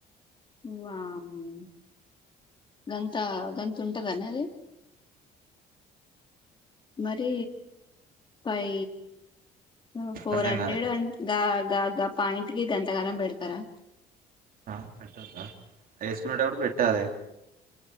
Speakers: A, on the left; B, on the right.
A: వామ్మో గంత గంత ఉంటదన అది మరి పై హో ఫోర్
B: అర్థం
A: హండ్రెడ్
B: కాలే
A: గా గా గా ప్యాంటుకి గంతకారం పెడతారా.
B: ఆ పెట్టద్దా యేస్కుంటేడు పెట్టాలి